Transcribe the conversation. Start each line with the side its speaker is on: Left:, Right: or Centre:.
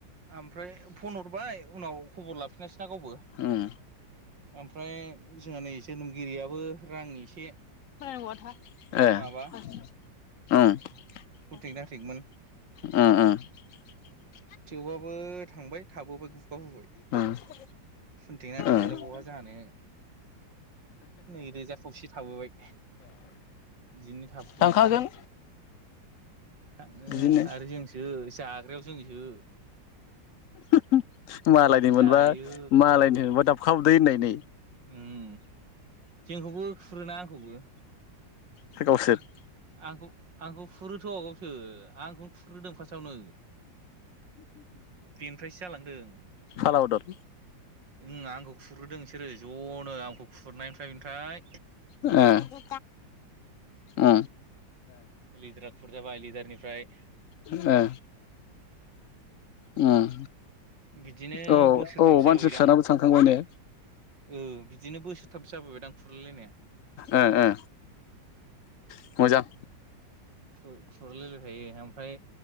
Right: ओमफ्राय फन हरबाय उनाव खबर लाफिनासै ना गावबो।
Left: उम
Right: ओमफ्राय जोंहा नै जोननोमगिरियाबो रांनि एसे
Left: ए। ओं।
Right: माबा
Left: उम
Right: कन्टेक्ट
Left: उम।
Right: नांथेंमोन
Left: <inaudible>
Right: थेवबाबो थांबाय थाबोबाय गुगाबोबाय।
Left: ओ
Right: खुनथेमाथे
Left: ओ
Right: मालाय बहा जानो। नैरोजा खावसे थाबोबाय। बिदिनो थाबोदोंदां
Left: थांखागोन
Right: उम। थाङो
Left: बिदिनो
Right: आरो जोंसो जाग्रायाव जों ओ
Left: <inaudible> मालायनि मोनबा
Right: जायो
Left: मालायनि मोनबा दाब खा उदै होननायनि।
Right: उम जोंखौबो खुरोना आंखौबो
Left: खो गावसोर
Right: आंखौ आंखौ खुरोथ' गावसो आंखौनो खुरग्रोदों फार्स्टआवनो। बेनिफ्रायसो जालांदों
Left: फाला बदल
Right: उम आंखौ खुरग्रोदों बिसोरो ज'नो आंखौ खुरनायनिफ्राय थाय
Left: ओ ओ
Right: लिद्राफोर जाबाय लिदारनिफ्राय
Left: ओ उम
Right: बिदिनो
Left: औ
Right: बोसोरथामसो
Left: औ मानसि
Right: जाबोबायदां
Left: फिसानाबो थांखांबाय ने
Right: ओ बिदिनो बोसोरथामसो जाबोबायदां खुरलायलायनाया
Left: ओ ओ ओ मोजां
Right: खु-खुरलायलायनाय थायो आमफ्राय